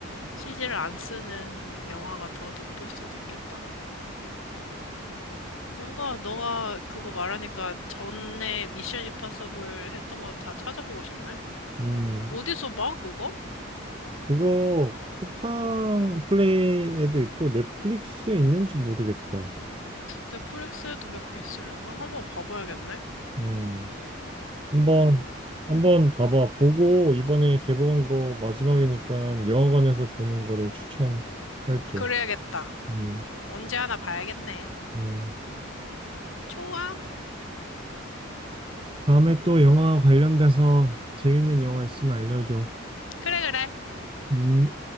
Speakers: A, on the left; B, on the right.
A: CG를 안 쓰는 영화가 더 돋볼 수도 있겠다. 뭔가 너가 그거 말하니까 전에 미션 임파서블 했던 거 다 찾아보고 싶네?
B: 음
A: 어디서 봐, 그거?
B: 그거 쿠팡 플레이에도 있고 넷플릭스에 있는지 모르겠다.
A: 넷플릭스에도 몇 개 있으려나? 한번 봐봐야겠네.
B: 음, 한번
A: 음,
B: 한번 봐봐. 보고 이번에 개봉한 거 마지막이니까 영화관에서 보는 거를 추천할게.
A: 그래야겠다.
B: 음,
A: 언제 하나 봐야겠네.
B: 음.
A: 좋아.
B: 다음에 또 영화 관련돼서 재밌는 영화 있으면 알려줘.
A: 그래, 그래.
B: 음.